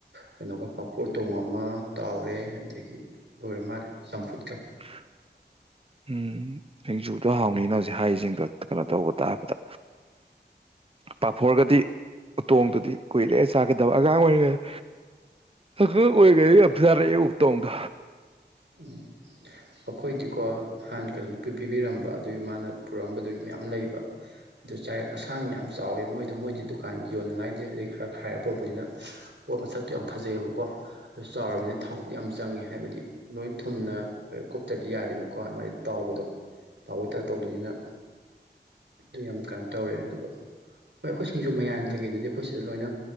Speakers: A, on the right; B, on the right.
A: ꯀꯩꯅꯣꯒ ꯄꯥꯐꯣꯔ ꯑꯨꯇꯣꯡ ꯑꯃ ꯇꯥꯎꯔꯦ ꯑꯗꯒꯤ ꯂꯣꯏꯔ ꯃꯥꯜꯂꯦ ꯆꯝꯐꯨꯠꯀ
B: <inaudible> ꯎꯝ ꯁꯤꯡꯖꯨꯗꯣ ꯍꯥꯎꯅꯤꯅ ꯍꯧꯖꯤꯛ ꯍꯥꯏꯔꯤꯁꯤꯡꯗꯣ ꯀꯩꯅꯣ ꯇꯧꯕ ꯇꯥꯕꯗ ꯄꯥꯐꯣꯔꯒꯗꯤ ꯎꯇꯣꯡꯗꯨꯗꯤ ꯀꯨꯏꯔꯦ ꯆꯥꯈꯤꯗꯕ ꯑꯉꯥꯡ ꯑꯣꯏꯔꯤꯉꯩꯗ ꯑꯉꯥꯡ ꯑꯣꯢꯔꯤ ꯉꯩꯗ ꯌꯝ ꯆꯥꯔꯛꯑꯦ ꯎꯇꯣꯡꯗꯣ
A: ꯎꯝ ꯑꯩꯈꯣꯏꯗꯤꯀꯣ ꯅꯥꯟ ꯀꯩꯅꯣ ꯅ ꯄꯤꯕꯤꯔꯝꯕ ꯑꯗꯨꯒꯤ ꯃꯥꯅ ꯄꯨꯔꯛꯕ ꯗꯨꯒꯤ ꯃꯌꯥꯝ ꯂꯩꯕ ꯑꯗꯨ ꯆꯥꯏꯔꯦ ꯑꯁꯥꯡ ꯌꯥꯝ ꯆꯥꯎꯋꯦ ꯃꯣꯏꯗꯣ ꯃꯣꯏꯗꯤ ꯗꯨꯀꯥꯟ ꯌꯣꯟꯅꯉꯥꯏꯗꯦ ꯑꯗꯩ ꯈꯔ ꯈꯥꯏꯔ ꯄꯨꯔꯛꯄꯅꯤꯅ ꯄꯣꯠ ꯃꯁꯛꯇꯣ ꯌꯥꯝ ꯐꯖꯩ ꯑꯕꯀꯣ ꯑꯗꯨ ꯆꯥꯎꯔꯕꯅꯤꯅ ꯊꯥꯎꯕꯨꯗꯤ ꯌꯥꯝ ꯆꯪꯉꯦ ꯍꯥꯏꯕꯗꯤ ꯅꯣꯏ ꯊꯨꯝꯅ ꯀꯣꯛꯇ꯭ꯔꯗꯤ ꯌꯥꯗꯦꯅꯀꯣ ꯃꯥꯗꯤ ꯇꯥꯎꯕꯗꯣ ꯊꯥꯑꯣꯏ ꯊ ꯇꯧꯗꯣꯏꯅꯤꯅ ꯑꯗꯨ ꯌꯥꯝ ꯀꯩꯅꯣ ꯇꯧꯔꯦ ꯑꯗꯨꯒ ꯍꯣꯏ ꯑꯩꯈꯣꯏ ꯁꯤꯡꯁꯨ ꯃꯌꯥꯟ ꯀꯩꯀꯩꯗꯨꯗꯤ ꯑꯩꯈꯣꯏ ꯁꯤꯗ ꯂꯣꯏꯅ